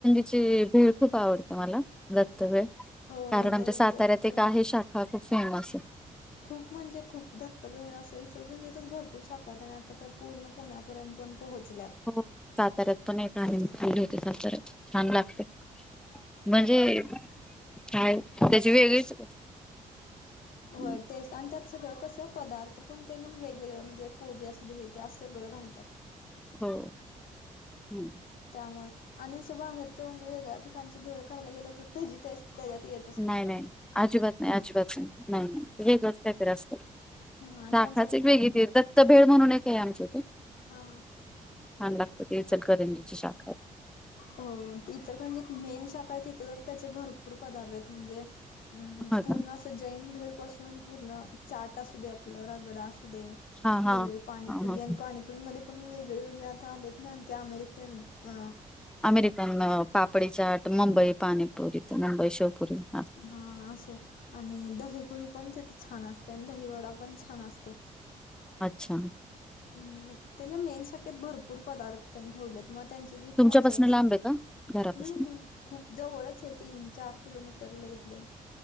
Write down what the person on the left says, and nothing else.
हो
लय
म्हणजे फेमस
खूप म्हणजे खूप दत्तभेळ अस इचलकरंजीतच भरपूर शाखा आहेत आणि आता त्या पूर्ण पुण्या पर्यंत पण पोहचल्यात.
होय.
तेच आणि त्यात सगळं कसं पदार्थ पण त्यांनी वेगवेगळं म्हणजे कोबी असू दे हे ते असं सगळं घालतात.
त्यामुळे आणि असं बाहेरच म्हणजे वेगळ्या ठिकाणची भेळ खायला गेलं, तर त्याची टेस्ट त्याच्यात येत
हा आणि
त्यांच्यात
हां.
हो इचलकरंजीत मेन शाखा आहे तिथं तर त्याचे भरपूर पदार्थ आहेत म्हणजे हं हं
पूर्ण अस जैन भेळ पासून पूर्ण चाट असू दे, आपलं रगडा असू दे
भेळ, पाणी
पुरी आणि पाणी पुरी मध्ये पण वेगळे वेगळे आता आलेत ना, ते अमेरिकन अ
हां असं आणि दहीपुरी पण तिथं छान असत्या आणि दही वडा पण छान असतो.
हम्म म त्यांच्या मेन शाखेत भरपूर पदार्थ त्यांनी ठेवलेत. मग त्यांची जी
फ्रेनचाइज
नाही
नाही खूप जवळच आहे तीन चार किलोमीटरला इथले.